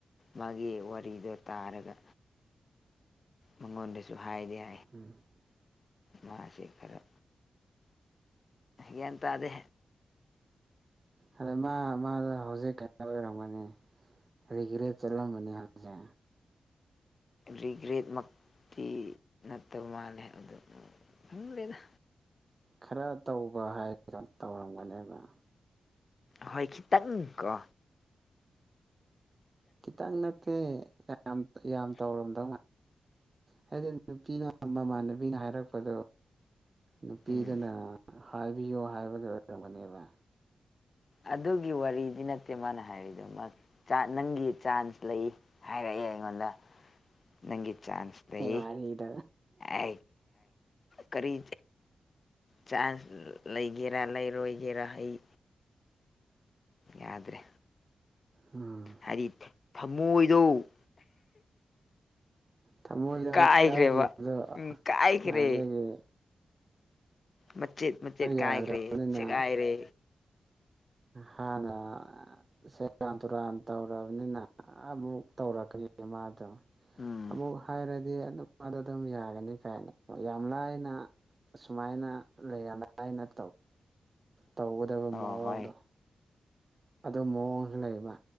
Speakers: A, on the left (about 50°); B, on the right (about 45°).
A: ꯃꯥꯒꯤ ꯋꯥꯔꯤꯗꯣ ꯇꯥꯔꯒ ꯃꯉꯣꯔꯤ ꯁꯨꯍ ꯍꯥꯏꯗ
B: ꯎꯝ
A: ꯃꯥ ꯆꯠ ꯈꯔ ꯌꯦꯟꯇꯥꯗ
B: ꯑꯗ ꯃꯥ ꯃꯥꯗ ꯍꯧꯖꯤꯛ ꯀꯩꯅ ꯑꯣꯏꯔꯝꯒꯅꯤ ꯔꯤꯒ꯭ꯔꯥ ꯆꯠꯂꯝꯃꯅꯤ ꯍꯧꯁꯦ
A: ꯔꯤꯒ꯭ꯔꯦꯠꯃꯛꯇꯤ ꯅꯠꯇꯕ ꯃꯥꯜꯂꯦ ꯑꯗꯨ ꯎ ꯂꯩꯗ
B: ꯈꯔ ꯇꯧꯕ ꯍꯥꯏꯗ ꯇꯧꯔꯝꯒꯅꯦꯕ
A: ꯍꯣꯏ ꯈꯤꯇꯪ ꯀꯣ
B: ꯈꯤꯇꯪ ꯅꯠꯇꯦ ꯌꯥꯝ ꯌꯥꯝ ꯇꯧꯔꯝꯗꯧ ꯑꯩꯗꯤ ꯅꯨꯄꯤꯅ ꯃꯃꯥꯟꯅꯕꯤꯅ ꯍꯥꯏꯔꯛꯄꯗꯣ ꯅꯨꯄꯤꯗꯅ
A: ꯎꯝ
B: ꯍꯥꯏꯕꯤꯌꯣ ꯍꯥꯏꯕꯒꯤ ꯑꯣꯏꯔꯝꯒꯅꯦꯕ
A: ꯑꯗꯨꯒꯤ ꯋꯥꯔꯤꯗꯤ ꯅꯠꯇꯦ ꯃꯥꯅ ꯍꯥꯏꯔꯤꯗꯣ ꯃꯥ ꯅꯪꯒꯤ ꯆꯥꯟꯁ ꯂꯩ ꯍꯥꯏꯔꯛꯏ ꯏꯉꯣꯗ ꯅꯪꯒꯤ ꯆꯥꯥꯟꯁ ꯂꯩ
B: ꯋꯥꯔꯤꯗꯣ
A: ꯍꯦ ꯈꯔꯤ ꯆꯥꯟꯁ ꯂꯩꯒꯦꯔꯥ ꯂꯩꯔꯣꯏꯒꯦꯔꯥ ꯑꯩ ꯌꯥꯗ꯭ꯔꯦ
B: ꯑꯝ
A: ꯍꯥꯏꯗꯤ ꯊꯃꯣꯏꯗꯣ
B: ꯊꯃꯣꯏꯗ
A: ꯀꯥꯏꯈ꯭ꯔꯦꯕ
B: ꯀꯥꯏꯈꯤꯕꯗꯣ
A: ꯎꯝ ꯀꯥꯏꯈ꯭ꯔꯦ
B: ꯑꯗꯒꯤ
A: ꯃꯆꯦꯠ ꯃꯆꯦꯠ ꯀꯥꯏꯈ꯭ꯔꯦ
B: ꯌꯥꯗ꯭ꯔꯕꯅꯤꯅ
A: ꯁꯦꯒꯥꯏꯔꯦ
B: ꯍꯅꯥ ꯁꯦꯔꯥꯟ ꯇꯨꯔꯥꯟ ꯇꯧꯔꯕꯅꯤꯅ ꯑꯃꯨꯛ ꯇꯧꯔꯛꯀꯅꯤ ꯃꯥꯗꯣ
A: ꯎꯝ
B: ꯑꯃꯨꯛ ꯍꯥꯏꯔꯗꯤ ꯑꯗꯨ ꯃꯥꯗ ꯑꯗꯨꯝ ꯌꯥꯒꯅꯤ ꯀꯥꯏꯅ ꯌꯥꯝ ꯂꯥꯏꯅ ꯁꯨꯃꯥꯏꯅ ꯂꯩꯑꯥꯏꯅꯧ ꯇꯧꯒꯗꯕ
A: ꯑꯣ
B: ꯃꯑꯣꯡꯗꯣ
A: ꯍꯣꯏ
B: ꯑꯗꯨ ꯃꯑꯣꯡꯁꯨ ꯂꯩꯕ